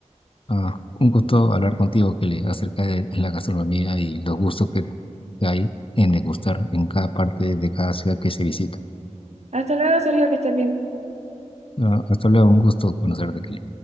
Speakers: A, on the left; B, on the right.
A: Ah, un gusto hablar contigo, Kelly, acerca de la gastronomía y los gustos que que hay en degustar en cada parte de cada ciudad que se visita.
B: Hasta luego, Sergio, que estés bien.
A: Ah, Hasta luego, un gusto conocerte, Kelly.